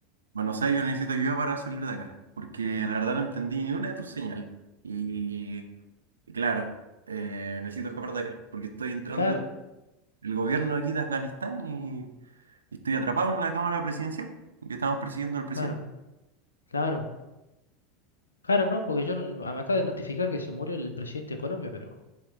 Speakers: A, on the right; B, on the left.
A: Bueno, o sea, yo necesito ayuda para salir de acá, porque la verdad no entendí ni una de tus señales. Y, y claro, eh, necesito escapar de acá, porque estoy entrando
B: Claro,
A: el gobierno aquí de Afganistán y, y estoy atrapado en la Cámara Presidencial, que estamos persiguiendo al presidente.
B: claro, claro. Claro, no, porque yo no- me acaba de notificar que se murió el presidente de Colombia, pero...